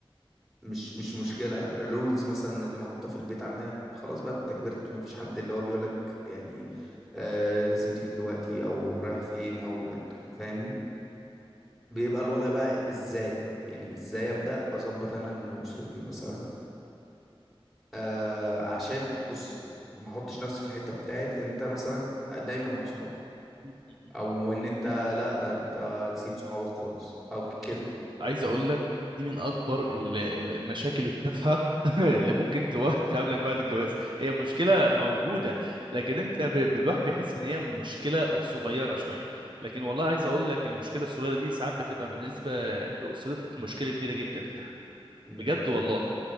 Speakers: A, in the centre; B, on the right.
A: مش مش مشكله الرولز مثلا اللي محطوطه في البيت عندنا خلاص بقى انت كبرت ما فيش حد اللي هو بيقول لك يعني آه لازم تيجي دلوقتي او رايح فين او فاهمني بيبقى الوضع بقى ازاي يعني ازاي ابدا اظبط انا ان اسرتني مثلا آه عشان بص ما احطش نفسي في الحته بتاعت انت مثلا دايما مع صحابك
B: امم.
A: او ان انت لا ده انت نسيت صحابك خالص او ك- كده
B: عايز اقول لك دي من اكبر ال- ال- المشاكل التافهه <laughs> اللي ممكن تو- تقابلك بعد الجواز هي مشكله موجوده لكن انت ب... ب- الواحد بيحس ان هي مشكله صغيره شويه لكن والله عاس اقول لك المشكله الصغيره دي ساعات بتبقى بالنسبه لاسرتك مشكله كبيره جدا
A: مم.
B: بجد والله